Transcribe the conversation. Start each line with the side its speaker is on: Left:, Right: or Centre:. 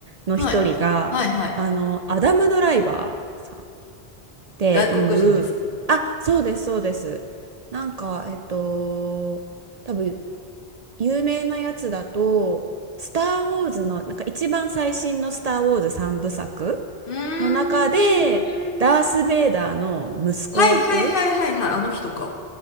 Right: の一人が、
Left: はい、はい、はい。
Right: あの、アダム・ドライバーさんっていう、
Left: 外国人ですか
Right: あ、そうです、そうです。なんか、えっと、多分有名なやつだと、スター・ウォーズの、なんか一番最新のスター・ウォーズ3部作
Left: うーん。
Right: の中で、ダース・ベイダーの息子役、
Left: はい、はい、はい、はい、はい。あの人か。